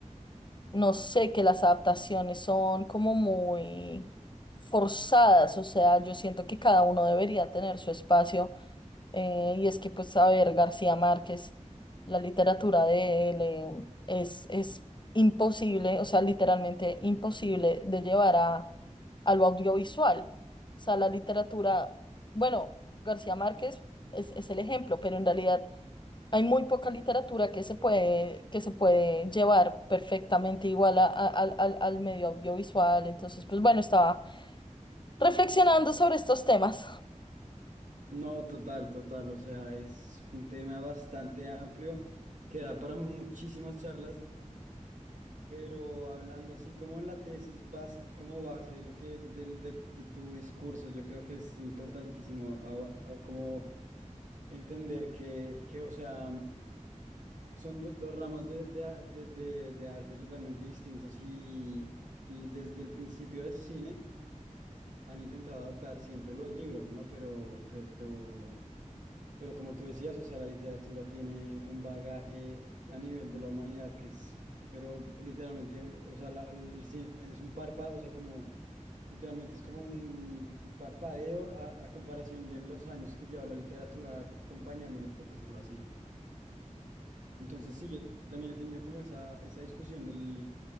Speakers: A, on the left; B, on the right.
A: no sé, que las adaptaciones son como muy forzadas. O sea, yo siento que cada uno debería tener su espacio. eh, y es que, pues, a ver, García Márquez, la literatura de él eh, es, es imposible, o sea, literalmente imposible de llevar a a lo audiovisual. O sea, la literatura, bueno, García Márquez es, es el ejemplo, pero en realidad hay muy poca literatura que se puede, que se puede llevar perfectamente igual a- a- al, al al medio audiovisual. Entonces, pues bueno, estaba reflexionando sobre estos temas. <laughs>
B: No, total, total. O sea, es un tema bastante amplio que da para muchísimas charlas, pero hablando así como en la tesis, bas- como base, de lo que del- de, de tu discurso, yo creo que es importantísimo a- a- como entender que, que, o sea, son do- dos ramas de, de, a- de- de- de arte totalmente distintos y, y desde el principio del cine han intentado adaptar siempre los libros, ¿no? Pero, pero... Pero como tú decías, o sea, la literatura tiene un bagaje a nivel de la humanidad que es, pero literalmente, o sea, la- el cine es un párpado, o sea, como literalmente es como un un parpadeo a, a comparación de los años que lleva la literatura acompañándonos, por decirlo así. Entonces, sí, yo también he tenido como esa, esa discusión del,